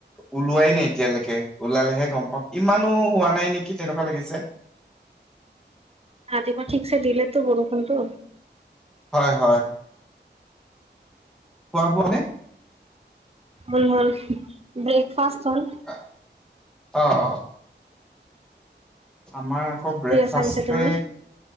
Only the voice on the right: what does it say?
ৰাতিপুৱাটো ঠিকছে দিলে তো বৰষুণটো।
উম, হল, ব্ৰেকফাষ্ট হ'ল।
কৰি
আছা পিছে তুমি?